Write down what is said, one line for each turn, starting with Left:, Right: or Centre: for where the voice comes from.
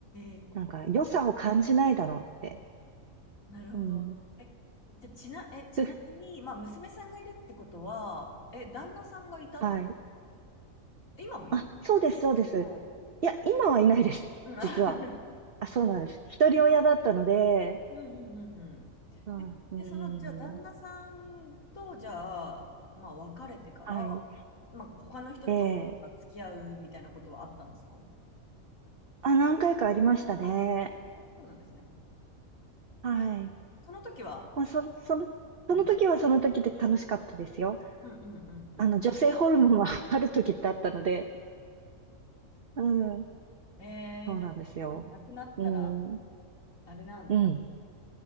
Left: え、
Right: なんか、良さを感じないだろうって。
Left: なるほど。
Right: うん。
Left: え、じゃあ、ちな、え、ちなみに、
Right: <laughs>
Left: まあ、娘さんがいるってことは、え、旦那さんがいたって、
Right: はい。
Left: え今もいる
Right: あ、そうです、そうです。
Left: うん。うん
Right: いや、今はいないです、<laughs>
Left: <laughs>
Right: 実は。あ、そうなんです。一人親だったので、
Left: うんうんうんうん。
Right: うん、
Left: え、
Right: う
Left: で、その、じゃあ、旦那さんと、
Right: ん、
Left: じゃあ、まあ、別れてから、
Right: はい。
Left: まあ、他の人と付き合うみたいなことはあったんですか
Right: ええあ、何回かありましたね。
Left: あ、えーそうなんですね。
Right: はい。
Left: その時は、
Right: まあ、そ、その、その時はその時で楽しかったですよ。
Left: うん。うんうんうんう
Right: あの、女性ホルモンは <laughs> ある時ってあったので、うん、
Left: ん。えー、
Right: そうなんですよ。
Left: じゃあ、なくなったら、
Right: うん、
Left: あれなんだ。
Right: うん。